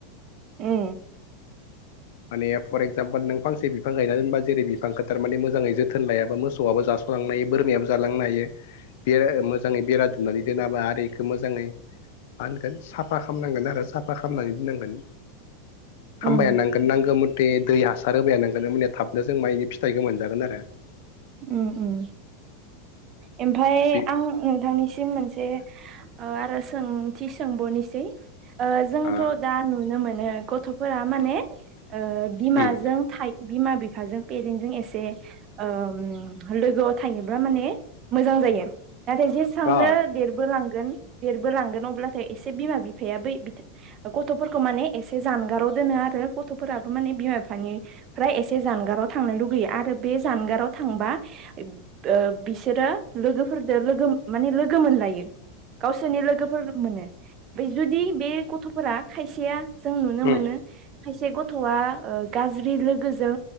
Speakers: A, on the right; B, on the left.
A: ओम
B: माने फर एक्जामपोल नों फांसे बि <unintelligible> बिफां गायना दोनबा जेरै बिफांखौ थारमाने मोजाङै जोथोन लायाबा मोसौआबो जास'लांनो हायो बोरमायाबो जालांनो हायो। बे मोजाङै बेरा दुमनानै दोनाबा आरो बेखौ मोजाङै मा होनगोन साफा खालामनांगोन आरो साफा खालामनानै दोननांगोन।
A: उम
B: हामबाय नांगोन नांगौ मथे दै हासार होबाय नांगोन। म थाबनो जों म फिथाइखौ मोनजागोन आरो <unintelligible>
A: ओम ओम ओमफाय
B: बे
A: आं नोंथांनिसिम मोनसे आर'ज सोंथि सोंबावनोसै जोंथ'
B: आ
A: दा नुनो मोन गथ'फोरा माने बिमाजों
B: उम
A: थायो। बिमा बिफाजों पेरेन्टजों एसे लोगोआव थायोब्ला माने। मोजां जायो नाथाय जेसांनो
B: अ
A: देरबोलां देरबोलांगोन अब्लाथाय एसे बिमा बिफाया बै गथ'फोरखौ माने एसे जानगाराव दोनो आरो गथ'फोराबो माने बिमा बिफानिफ्राय एसे जानगाराव थांनो लुुबैयो आरो बे जानगाराव थांबा ओ बिसोरो लोगोफोरजों लोगो माने लोगो मोनलायो गावसोरनि लोगोफोर मोनो बे जुदि बे गथ'फोरा खायसेया जों नुनो मोनो
B: उम
A: खायसे गथ'आ गाज्रि लोगोजों